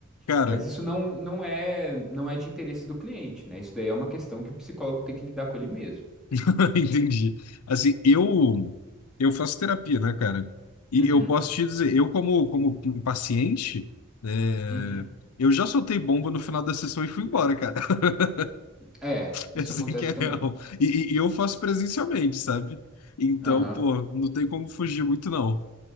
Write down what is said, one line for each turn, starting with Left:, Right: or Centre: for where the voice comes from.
Left: Cara,
Centre: Mas isso não, não é, não é de interesse do cliente, né? Isso daí é uma questão que o psicólogo tem que lidar com ele mesmo.
Left: <laughs> Entendi. Assim, eu eu faço terapia, né, cara? E
Centre: Uhum,
Left: eu posso te dizer, eu como como paciente, é,
Centre: uhum.
Left: eu já soltei bomba no final da sessão e fui embora, cara. <laughs>
Centre: É, isso
Left: Assim
Centre: acontece
Left: que é
Centre: também.
Left: real. E, e- e eu faço presencialmente, sabe? Então,
Centre: Aham.
Left: pô, não tem como fugir muito, não.